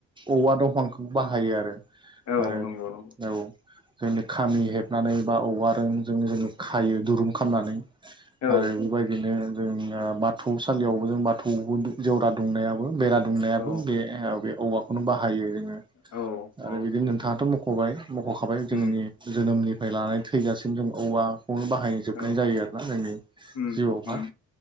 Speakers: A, on the right (about 15°); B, on the left (about 65°).
A: औवा दंफांखौ बाहायो आरो
B: औ
A: आरो
B: नंगौ नंगौ
A: औ। जोंनि खामि हेबनानै बा औवा रोंजों जों खायो दुरुं खामनानै
B: औ
A: आरो बेबायदिनो जोंना बाथौ सालियावबो जों बाथौआवबो दु जेवरा दुंनायाबो बेरा दुंनायाबो
B: औ
A: बे ओ बे औवा खौनो बाहायो जोङो
B: औ
A: आरो
B: औ
A: बिदिनो नोंथाङाथ' मख'बाय मख'खाबाय
B: उम
A: जोंनि जोनोमनिफ्राय लानानै थैजासिम जों औवाखौनो बाहायो। जोबनाय
B: औ
A: जायो आरोना जोंनि
B: उम
A: जिउआव
B: उम
A: हा